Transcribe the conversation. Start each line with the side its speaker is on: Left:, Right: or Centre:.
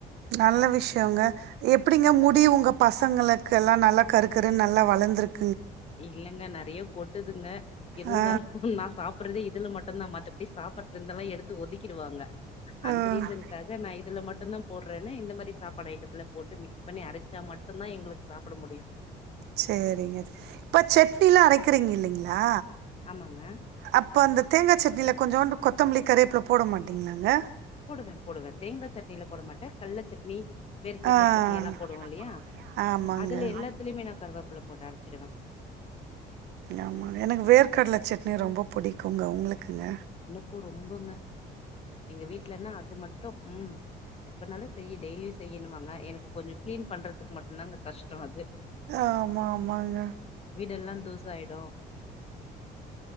Right: நல்ல விஷயோங்க எப்பிடிங்க மூ எப்படி உங்க பசங்களுக்கு எல்லா நல்லா கருக்கருன்னு நல்லா வளந்துருக்
Left: இல்லங்க நெறைய கொட்டுதுங்க இருந்தாலு
Right: ஆ
Left: நா சாப்புட்றதே இதுல மட்டும்தா மத்தபடி சாப்பாட்ல இருந்துலா எடுத்து ஒதுக்கிடுவாங்க அந்த
Right: ஆ
Left: ரீசனுக்காக நா இதுல மட்டுந்தா போடுறேன்னே இந்த மாதிரி சாப்பாடு ஐட்டத்துல போட்டு மிஸ் பண்ணி அரைச்சா மட்டுந்தா எங்களுக்கு சாப்பிட முடியு
Right: சேரிங்க இப்ப சட்னி எல்லா அரைக்கிறீங்க இல்லைங்களா
Left: ஆமாங்க
Right: அப்ப அந்த தேங்கா சட்னியில கொஞ்சோண்டு கொத்தமல்லி கரிவேப்பில போட மாட்டீங்களாங்க
Left: போடுவேன் போடுவேன் தேங்கா சட்னியில போட மாட்டேன் கட்ல சட்னி வேர்க்கடல
Right: ஆ
Left: சட்னி எல்லா போடுவோ இல்லையா
Right: ஆமாங்க
Left: அதுல எல்லாத்துலயுமே நா கருவேப்புல போட்டு அரச்சிருவே
Right: ஆமாங்க எனக்கு வேர்க்கடல சட்னி ரொம்ப புடிக்குங்க உங்களுக் குங்க
Left: க்கு ரொம்பங்க எங்க வீட்டு்லன்னா அது மட்டும் உம் னால செய் டெய்லியு செய்யுன்னுவாங்க எனக்கு கொஞ்சோ க்ளீன் பண்றதுக்கு மட்டு்ந்தா கஷ்டோ அது
Right: ஆமா, ஆமாங்க.
Left: வீடெல்லா தூசு ஆயிடு